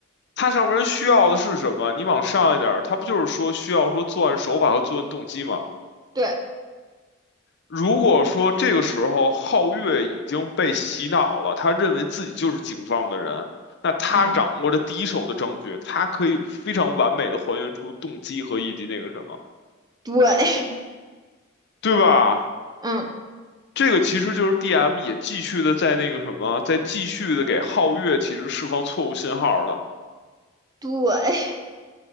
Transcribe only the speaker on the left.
它上面需要的是什么？你往上一点儿，它不就是说需要说作案手法和作案动机吗？
如果说这个时候皓月已经被洗脑了，他认为自己就是警方的人，那他掌握着第一手的证据，
他可以非常完美的还原出动机和以及那个什么，
对吧？
这个其实就是 DM 也继续的在那个什么，在继续的给皓月其实释放错误信号了。